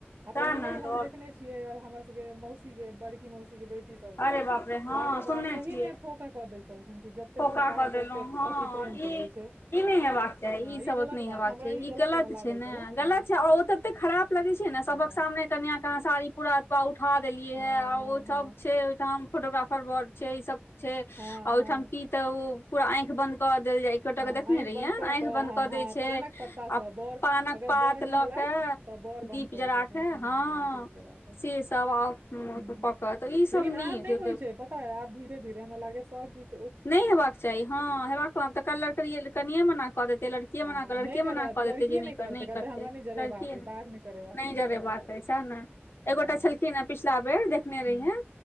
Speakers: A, on the right; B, on the left.
A: आ
B: सएह
A: पहिले
B: ने आओर
A: हम देखने छी यहा हमर सबकेँ मौसी केँ बड़की मौसी केँ बेटी सभके
B: अरे हँ
A: बाप रे बाप
B: सुनने
A: सही
B: छियै
A: मे फोका कऽ दै छलखिन्ह कि जते
B: फौका
A: फोका
B: कऽ
A: हेएत
B: देलहुँ
A: ओते
B: हँ
A: पति प्रेम
B: ई
A: करै छै।
B: ई नहि हेबाक चाही
A: हँ
B: ई सभ
A: गलत
B: ओत नहिं हेबाक
A: बात हमरा
B: चाही ई गलत
A: ओना लागल
B: छै ने
A: छले
B: गलत
A: हँ
B: छै और ओत एते खराब लगै छै ने सभक
A: हँ
B: सामने कनिय के अहाँ साड़ी पूरा उठा देलियै
A: हँ
B: है आ ओइ
A: हँ
B: सभ छै ओइठाम फोटोग्राफर बर छै ई सभ छै आ
A: हँ
B: ओहिठाम
A: हँ
B: की त ओ पूरा आंखि बंद क क देल जाय एकगोटा
A: हँ
B: केँ देखने
A: आँखि
B: रहियैन
A: बंन्द कऽ
B: आंखि बंद
A: हँ
B: कऽ देय छै
A: हँ पानक पत्ता सँ
B: आ
A: बड़
B: पानक
A: अगर
B: पात
A: बड़
B: लऽ
A: रहलथि
B: केँ
A: तऽ बड़
B: दीप
A: बंद करै
B: जरा
A: छथिन
B: के हँ
A: दीप जरा कऽ
B: से सभ ह हमर
A: ह
B: पप्पा तऽ ई सब
A: लेकिन आब
B: नइ
A: नहि होइ
B: <unintelligible>
A: छै पता अय आब धीरे धीरे हमरा लागय य सब किछ
B: नहि हेबाक चाही हँ हेबाक व त कलर कनिये मना कऽ देते लड़किये
A: हँ
B: मना करऽ
A: नहि
B: लड़क
A: करत
B: मना कऽ
A: लड़किए
B: देतै जे नहि कर
A: कहतै
B: करतै
A: हमरा नहि जरेबाक
B: लड़किये
A: अइ
B: ने
A: दाग करेबाक
B: नहि
A: अइ
B: जबे
A: सएह
B: नाके
A: बात छै
B: सेह नऽ
A: हँ
B: एगोटा छलखिन हे पिछला बेर देखने
A: ह
B: रहियन